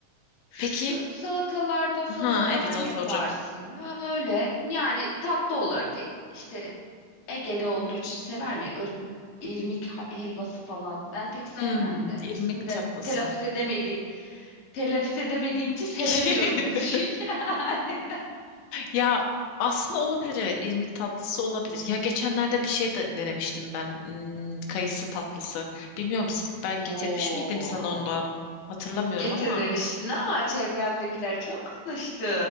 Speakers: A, on the left; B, on the left.
A: Şu
B: Peki
A: salatalardan salata
B: ha
A: falan
B: evet
A: yaparsın.
B: onu soracaktım.
A: Ha, Öyle. Yani tatlı olarak da işte Egeli olduğu için sever mi? Ir- irmik ha- helvası falan. Ben pek sevmem
B: Hmm,
A: de.
B: irmik
A: İsmini
B: tatlısı.
A: de telaffuz edemedi. Telaffuz edemediğim için sevemiyorum
B: <laughs>
A: da düşün <laughs> yani.
B: Ya aslında olabilir evet irmik tatlısı olabilir. Ya geçenlerde bir şey de denemiştim ben. Hmm, kayısı tatlısı. Bilmiyorum s- ben
A: Oo.
B: getirmiş miydim sana ondan? Hatırlamıyorum
A: Getirmemiştin
B: ama.
A: ama çevremdekiler çok konuştu